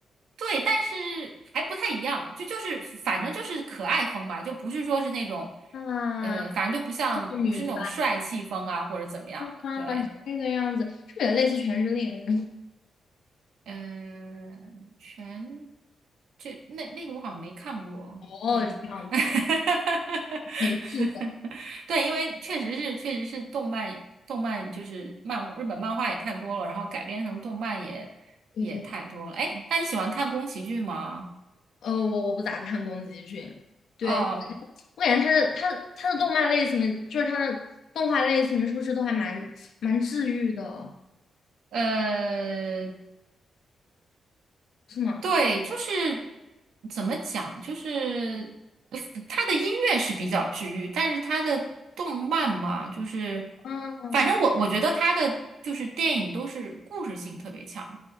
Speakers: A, on the right; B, on the left.
A: 对，但是还不太一样，就就是反正就是可爱风吧，就不是说是那种，
B: 啊，
A: 呃，
B: 少
A: 反正就不像不是那种帅气风啊或者怎么样的，
B: 女番啊，
A: 对。
B: 这个样子，是不是也类似《全职猎人》？
A: 嗯、全这那那个我好像没看过，
B: <laughs> 哦，
A: 对，
B: 这样子，
A: <laughs>
B: 没事没事的，
A: 对，因为确实是确实是动漫动漫就是漫日本漫画也太多了，然后改编成动漫也也太多了。
B: 对对，
A: 哎，那你喜欢看宫崎骏吗？
B: 呃，我我不咋看宫崎骏，对，
A: 哦，
B: 我感觉他的他他的动漫类型，就是他的动画类型，是不是都还蛮蛮治愈的，
A: 呃，
B: 是吗？
A: 对，就是怎么讲，就是他的音乐是比较治愈，但是他的动漫嘛，就是
B: 嗯。
A: 反正我我觉得他的就是电影都是故事性特别强，